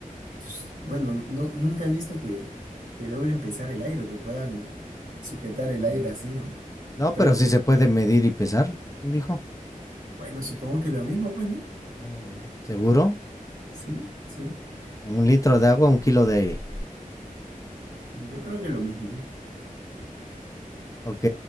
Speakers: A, on the right (about 85°); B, on the left (about 25°).
A: pues, Bueno, no, nunca he visto que, que logren pesar el aire o que puedan sujetar el aire
B: Mm.
A: así, ¿no?
B: No,
A: Pero
B: pero sí se puede medir y pesar. ¿Quién dijo?
A: bueno, supongo que lo mismo, pues, ¿no?
B: Oh. ¿Seguro?
A: Sí, sí.
B: Un litro de agua, un kilo de aire.
A: Yo creo que lo mismo.
B: Ok,